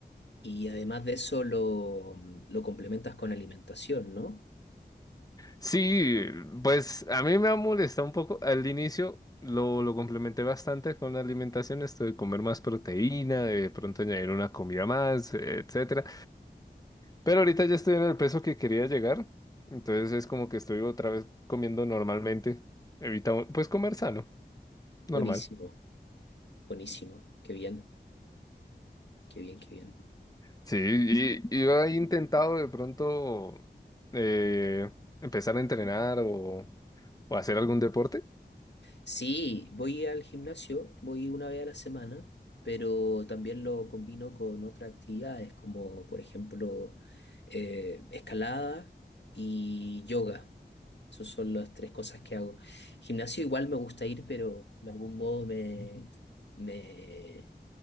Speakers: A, on the left (about 80°); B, on the left (about 20°).
A: Y además de eso lo, lo complementas con alimentación, ¿no?
B: Sí, pues a mí me ha molestado un poco al inicio. Lo, lo complementé bastante con la alimentación, esto de comer más proteína, de pronto añadir una comida más, etc Pero ahorita ya estoy en el peso que quería llegar, entonces es como que estoy otra vez comiendo normalmente, evitando, pues comer sano, normal.
A: Buenísimo, buenísimo, qué bien, qué bien, qué bien.
B: Sí, y, <laughs> y yo he intentado de pronto eh, empezar a entrenar o, o hacer algún deporte.
A: Sí, voy al gimnasio, voy una vez a la semana, pero también lo combino con otras actividades, como por ejemplo eh, escalada y yoga. Esas son las tres cosas que hago. Gimnasio igual me gusta ir, pero de algún modo me, me,